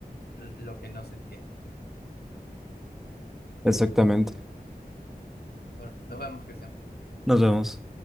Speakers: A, on the left (about 80°); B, in the centre.
A: lo que no se entiende.
B: exactamente.
A: Bueno, nos vemos, Cristian.
B: Nos vemos.